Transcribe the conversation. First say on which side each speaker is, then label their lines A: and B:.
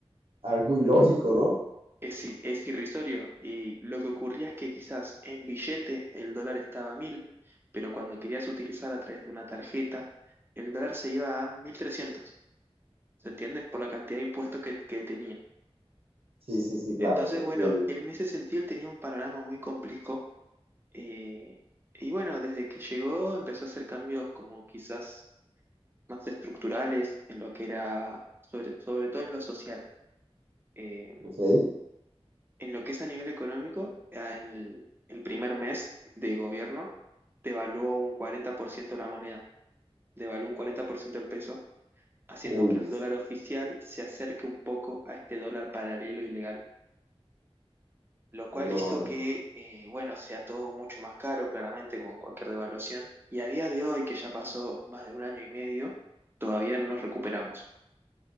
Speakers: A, on the right (about 65°); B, on the right (about 20°).
A: algo ilógico, ¿no?
B: es, i- es irrisorio y lo que ocurría es que quizás en billete el dólar estaba a 1000, pero cuando querías utilizar a través de una tarjeta, el dólar se iba a 1300, ¿se entiende? Por la cantidad de impuestos que, que tenía.
A: Sí, sí, sí, claro,
B: Entonces,
A: sí entiendo.
B: bueno, en ese sentido él tenía un panorama muy complejo eh, y bueno, desde que llegó empezó a hacer cambios como quizás más estructurales en lo que era, sobre, sobre todo en lo social. Eh,
A: Ok.
B: En lo que es a nivel económico, a el, el primer mes de gobierno devaluó un 40% la moneda, devaluó un 40% el peso, haciendo
A: Uy,
B: que el dólar oficial se acerque un poco a este dólar paralelo ilegal, lo cual
A: no,
B: hizo
A: hermano.
B: que, eh, bueno, sea todo mucho más caro, claramente, con cualquier devaluación. Y a día de hoy, que ya pasó más de un año y medio, todavía no nos recuperamos.